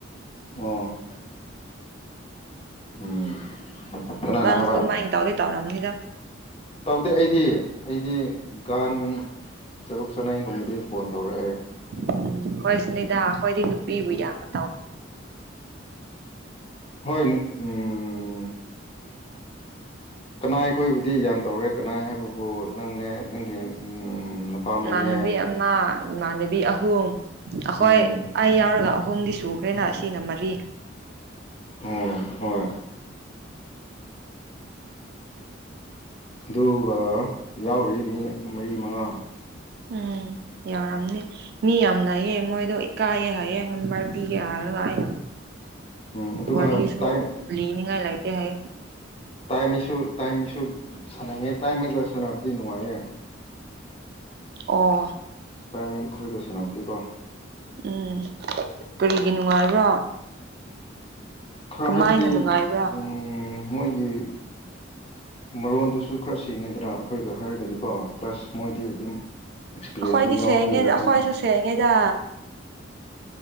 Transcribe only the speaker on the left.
ꯑꯣ ꯎꯝ ꯀꯅꯅꯥ
ꯍꯥꯏꯕ
ꯇꯧꯗꯦ ꯑꯩꯗꯤ ꯑꯩꯗꯤ ꯒꯥꯟ ꯆꯔꯨꯛ ꯆꯅꯩꯒꯨꯝꯕꯗꯤ ꯐꯣꯟ ꯇꯧꯔꯛꯑꯦ
ꯍꯣꯏ ꯎꯝ ꯀꯅꯥ ꯑꯩꯈꯣꯏꯕꯨꯗꯤ ꯌꯥꯝ ꯇꯧꯔꯦ ꯀꯅꯥ ꯍꯥꯏꯕꯕꯨ ꯅꯪꯅꯦ ꯅꯪꯒꯤ ꯎꯝ ꯅꯄꯥꯝꯃꯩꯅꯦ
ꯎꯝ
ꯑꯣ ꯍꯣꯏ ꯑꯗꯨꯒ ꯌꯥꯎꯔꯤ ꯃꯤ ꯃꯔꯤ ꯃꯉꯥ
ꯎꯝ ꯑꯗꯨꯒ
ꯇꯥꯏꯝ
ꯇꯥꯏꯝꯃꯤꯁꯨ ꯇꯥꯏꯝꯃꯤꯁꯨ ꯁꯥꯟꯅꯩꯉꯦ ꯇꯥꯏꯝꯃꯤꯒ ꯁꯥꯟꯅꯕꯗꯤ ꯅꯨꯡꯉꯥꯏꯌꯦ
ꯇꯥꯏꯃꯤꯡ ꯈꯣꯏꯒ ꯁꯥꯅꯕꯗꯤ ꯀꯣ
ꯈꯔ
ꯍꯥꯏꯕꯗꯤ
ꯎꯝ ꯃꯣꯏꯒꯤ ꯃꯔꯣꯟꯗꯨꯁꯨ ꯈꯔ ꯁꯦꯡꯉꯤꯗꯅ ꯑꯩꯈꯣꯏꯒ ꯍꯥꯏꯔꯒꯗꯤꯀꯣ ꯄ꯭ꯂꯁ ꯃꯣꯏꯗꯤ ꯑꯗꯨꯝ ꯑꯦꯛꯁꯄꯤꯔꯤꯌꯦꯟꯁꯁꯨ
ꯌꯥꯎꯕꯒꯤꯔꯥ
ꯈꯪꯗꯦ